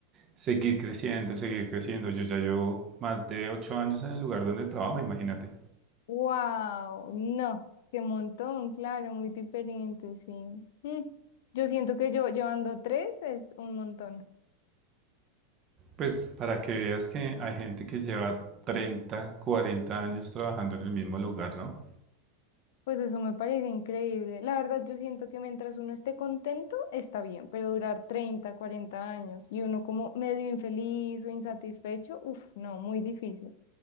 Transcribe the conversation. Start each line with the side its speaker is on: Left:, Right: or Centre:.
Right: Seguir creciendo, seguir creciendo. Yo ya llevo más de ocho años en el lugar donde trabajo, imagínate.
Left: Wow, no, qué montón, claro, muy diferente, sí. Mm, Yo siento que yo llevando tres es un montón.
Right: Pues para que veas que hay gente que lleva 30, 40 años trabajando en el mismo lugar, ¿no?
Left: Pues eso me parece increíble. La verdad, yo siento que mientras uno esté contento, está bien, pero durar 30, 40 años y uno como medio infeliz o insatisfecho, uff, no, muy difícil.